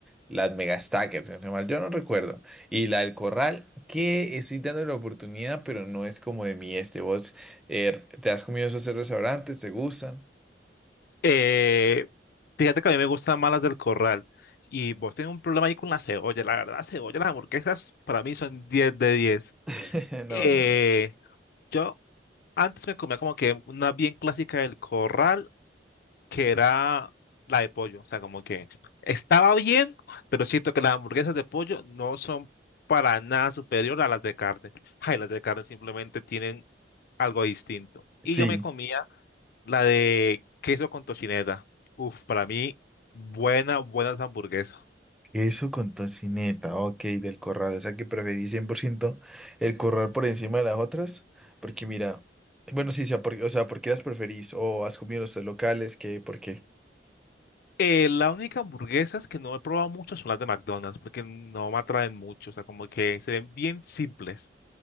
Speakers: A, in the centre; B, on the left.
A: Las Mega Stackers, si no estoy mal, yo no recuerdo. Y la del Corral, que estoy dando la oportunidad, pero no es como de mí este. ¿Vos eh, te has comido esos restaurantes? ¿Te gustan?
B: Eh, fíjate que a mí me gustan más las del corral. Y vos tenés un problema ahí con la cebolla. La verdad, la cebolla, las hamburguesas para mí son 10 de 10.
A: <laughs> No,
B: Eh,
A: no, no.
B: yo antes me comía como que una bien clásica del corral, que era la de pollo. O sea, como que estaba bien, pero siento que las hamburguesas de pollo no son para nada superior a las de carne. Ay, las de carne simplemente tienen algo distinto. Y
A: Sí.
B: yo me comía la de queso con tocineta. Uf, para mí, buena, buena hamburguesa.
A: Eso con tocineta, ok, del corral. O sea que preferí 100% el corral por encima de las otras. Porque mira, bueno, sí, sea por- o sea, ¿por qué las preferís? ¿O has comido en los tres locales? ¿Qué? ¿Por qué?
B: Eh, la única hamburguesas que no he probado mucho son las de McDonald's, porque no me atraen mucho. O sea, como que se ven bien simples.